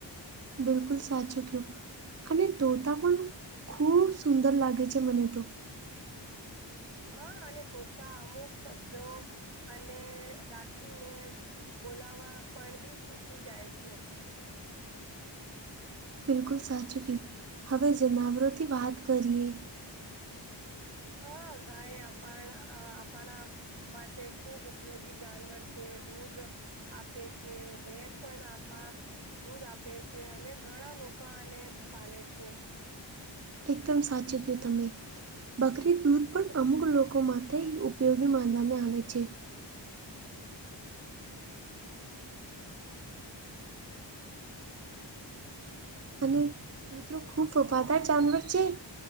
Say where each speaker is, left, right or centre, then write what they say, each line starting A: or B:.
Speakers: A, on the right (about 35°); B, on the right (about 80°).
A: બિલકુલ સાચુંક્યો. અને તોતા પણ ખૂબ સુંદર લાગે છે મને તો.
B: હા અને તોતા અમુક શબ્દો અને રાખીને બોલાવા પણ બી શીખવી જાય છે.
A: બિલકુલ સાચું કીધું હવે જનાવરોથી વાત કરીએ.
B: હા ગાય આપણ આપણા માટે ખૂબ ઉપયોગી જાનવર છે દૂધ આપે છે ભેસ પણ આપા દૂધ આપે છે અને ઘણા લોકો આને પાલે છે.
A: એકદમ સાચું કીધું તમે. બકરી દૂધ પણ અમુક લોકો માટે ઉપયોગી માનવામાં આવે છે. અને કૂતરો ખુબ વફાદાર જાનવર છે